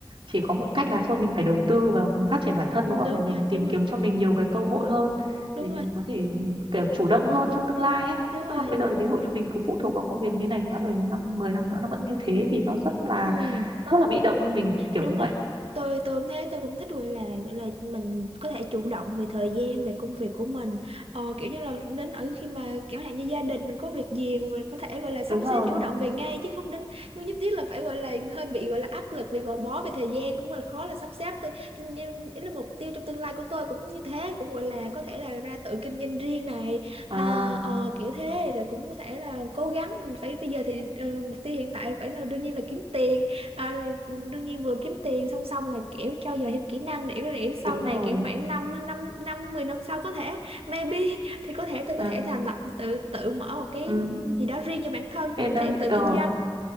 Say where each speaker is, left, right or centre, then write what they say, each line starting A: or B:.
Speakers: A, on the right; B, on the right.
A: chỉ có một cách là thôi mình phải đầu tư vào mình phát triển bản thân
B: ừ,
A: đúng không
B: đúng
A: để mình
B: rồi, đúng
A: tìm kiếm
B: rồi,
A: cho mình nhiều cái cơ hội hơn
B: đúng
A: để mình
B: rồi,
A: có thể kiểu chủ động hơn trong tương
B: ừ,
A: lai ấy
B: đúng
A: chứ
B: rồi,
A: còn bây giờ ví dụ như mình cứ phụ thuộc vào công việc như này quá rồi năm 10 năm nữa nó vẫn như thế thì nó rất là
B: ừ.
A: rất là bị động cho mình kiểu
B: Đúng
A: như
B: rồi.
A: vậy
B: Tôi tôi cũng thế, tôi cũng thích gọi là gọi là mình có thể chủ động về thời gian, về công việc của mình. Ờ, kiểu như là đến ở khi mà chẳng hạn như gia đình mình có việc gì mà mình có thể gọi là sắp
A: đúng rồi
B: xếp chủ động về ngay chứ không đến không nhất thiết là phải gọi là hơi bị gọi là áp lực vì gò bó về thời gian cũng là khó là sắp xếp. Tôi nhưng ý là mục tiêu trong tương lai của tôi cũng như thế, cũng gọi là có thể là ra tự kinh doanh riêng này. Ha,
A: à
B: ờ, kiểu thế rồi cũng có thể là cố gắng mình phải bây giờ thì ờ, mục tiêu hiện tại phải là đương nhiên là kiếm tiền À, rồi đương nhiên vừa kiếm tiền song song là kiểu trau dồi thêm kỹ năng để có thể
A: đúng
B: sau này
A: rồi
B: kiểu khoảng 5 năm năm năm 10 năm sau có thể maybe thì có thể tôi có
A: à,
B: thể thành lập tự tự mở một cái
A: ừ.
B: gì đó riêng cho bản thân
A: Cái
B: có
A: đó-
B: thể tự kinh
A: ờ.
B: doanh